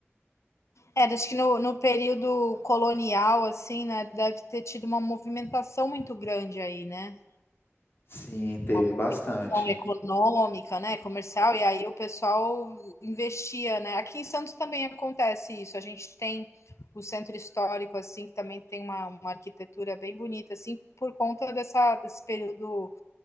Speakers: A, on the left; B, on the left.
A: É, acho que no, no período colonial, assim, né, deve ter tido uma movimentação muito grande aí, né?
B: Sim, teve
A: uma movimentação
B: bastante.
A: econômica, né, comercial, e aí o pessoal investia, né? Aqui em Santos também acontece isso. A gente tem o centro histórico, assim, que também tem uma, uma arquitetura bem bonita, assim, por conta dessa, desse período